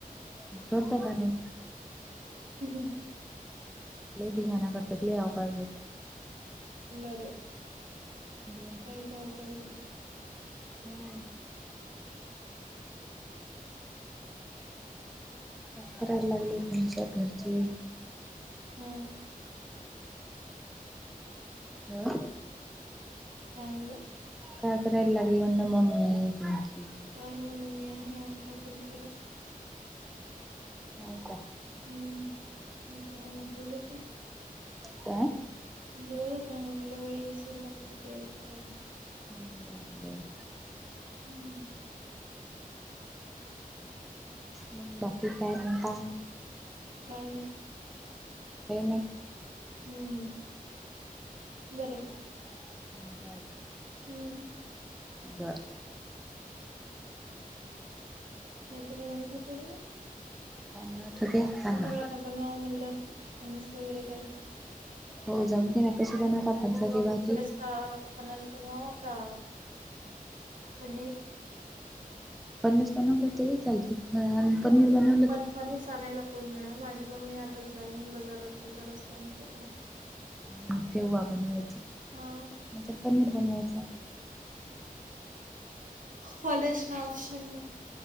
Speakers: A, in the centre; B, on the right (about 60°).
A: मग सोडता नाही
B: हं म्म
A: लय धिंगाणा करत्यात, लय अवकाळी आहेत.
B: बरंय
A: हो ना
B: ते अवकाळी हेत
A: हो काय कराय लागले तुमच्या घरची?
B: हम्मं
A: हो
B: काय म्हणला?
A: काय करायला लागल ना मम्मी तुमची?
B: काय नाही मम्मी हाय हे काकूच्या तिकड
A: हो का
B: हम्मं मी तुम्हाला बोले ते.
A: काय?
B: बोलत <inaudible> आहे म्हटलं बाई स्वयंपाकच्या तिथं.
A: <inaudible> हम्म बरं, बरं.
B: हम्म.
A: मग बाकी काय म्हणता?
B: काय नाही.
A: काय नाही.
B: हम्म. बरं <inaudible>
A: <inaudible> नीट हाय का?
B: हम्म.
A: बरं.
B: काय तरी म्हणत होती <inaudible> ना?
A: काय म्हणत होती सांगा?
B: आता बनवावं म्हणलं फणस वगैरे काही.
A: हो जमते ना, कशी बनवता फणसाची भाजी?
B: अं फणस बनवाव का पनीर?
A: <inaudible> फणस बनवलं तरी चालते आम्ही पनीर बनवल.
B: पण फणीस आणायला कोणी नाही, माझी मम्मी आता जाईन बजारात बजार असतो आमच्या इकड.
A: मग केव्हा बनवायचं?
B: हा.
A: नाहीतर पनीर बनवायचं.
B: फणीसला ऑप्शन